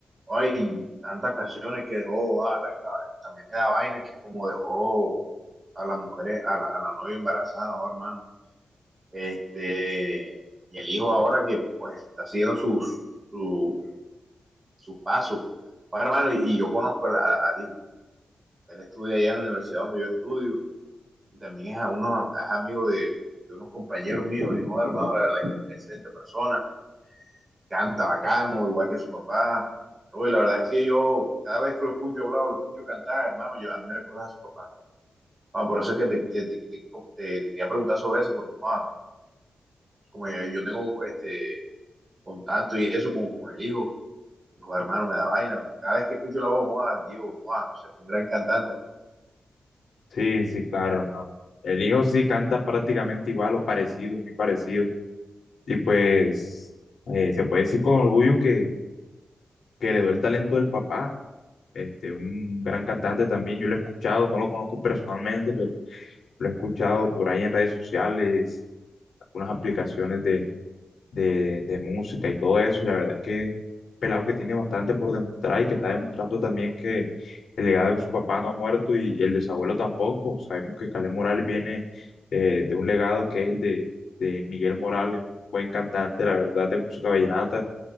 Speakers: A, on the right (about 25°); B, on the left (about 70°).
A: Ay, tantas canciones que dejó. ah, la- la- también me da vaina que como dejó a las mujeres, a la, a la novia embarazada, oh, hermano. Este, y el hijo ahora que pues está haciendo sus, sus, sus pasos. Oh, hermano, y, y yo conozco al, al- al hijo. Él estudia allá en la universidad donde yo estudio. y también es a uno, es amigo de, de, unos compañeros míos, y hijo hermano, la verdad es que es una excelente persona, canta bacano, igual que su papá. Uy, la verdad es que yo, cada vez que lo escucho hablar o lo escucho cantar, hermano, yo, a mí me recuerdas a su papá. Ah, por eso es que te, que te, que te, te, te quería preguntar sobre eso, porque ah, como yo, yo, tengo este contacto y eso con, con el hijo, hijo hermano, me da vaina. Cada vez que escucho la voz, ah, digo, ah, se fue un gran cantante, hermano.
B: Sí, sí, claro. no. El hijo sí canta prácticamente igual o parecido, muy parecido. Y pues eh, se puede decir con orgullo que, que heredó el talento del papá, este, un gran cantante también. Yo lo he escuchado, no lo conozco personalmente, pero lo he escuchado por ahí en redes sociales, algunas aplicaciones de. de, de música y todo eso. Y la verdad es que pelado que tiene bastante por demostrar y que está demostrando también que el legado de su papá no ha muerto y, y el de su abuelo tampoco. Sabemos que Kaleth Morales viene eh, de un legado que es el de, de Miguel Morales, un buen cantante, la verdad, de música vallenata.